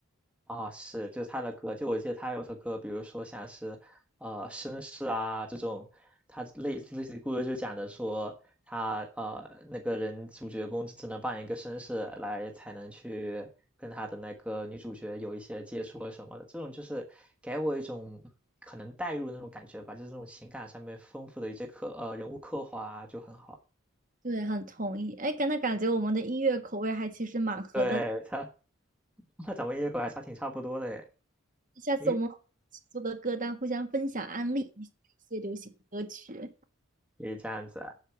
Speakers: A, in the centre; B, on the right.
A: 啊，是，就是他的歌，就我记得他有首歌，比如说像是，呃，绅士啊这种，他类类似于故事就讲的说他呃那个人主角公只能扮演一个绅士来才能去跟他的那个女主角有一些接触啊什么的，这种就是给我一种可能代入的那种感觉吧，就是这种情感上面丰富的一些刻呃人物刻画啊就很好。
B: 对，很同意。哎，感那感觉我们的音乐口味还其实蛮合的，
A: <laughs> 对，他 <laughs> 他咱们音乐口还差挺差不多的诶，
B: 下次我们一起做个歌单，
A: 诶，
B: 互相分享安利一些流行歌曲。
A: 也这样子啊